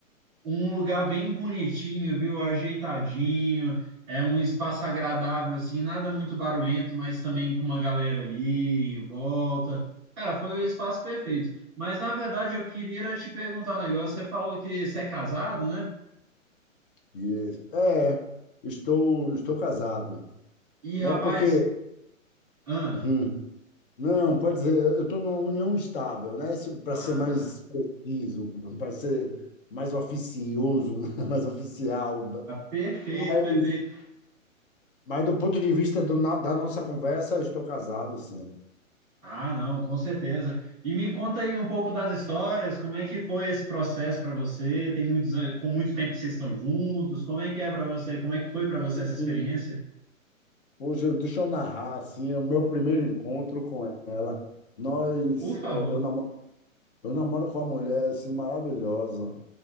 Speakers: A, in the centre; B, on the left.
A: Um lugar bem bonitinho, viu? Ajeitadinho, é um espaço agradável, assim, nada muito barulhento, mas também com uma galera ali em volta. Cara, foi o espaço perfeito. Mas na verdade eu queria era te perguntar um negócio. Você falou que você é casado, né?
B: Isso. É, estou, estou casado,
A: E
B: né?
A: rapaz,
B: Porque,
A: ah,
B: hum, não, pode dizer, eu estou numa união estável, né? Para
A: ah,
B: ser mais preciso, para ser mais oficioso, <laughs> né? mais oficial,
A: <laughs> perfeito,
B: mas,
A: perfeito.
B: mas do ponto de vista do na- da nossa conversa, eu estou casado, sim.
A: Ah, não, com certeza. E me conta aí um pouco das histórias, como é que foi esse processo para você? Tem muitos, an- com muito tempo que vocês estão juntos. Como é que é para você? Como é que foi para você essa experiência?
B: Hum, Hoje, eu- deixa eu narrar, assim, o meu primeiro encontro com ela. Nós,
A: Por favor.
B: eh, eu namorava Eu namoro com uma mulher assim maravilhosa.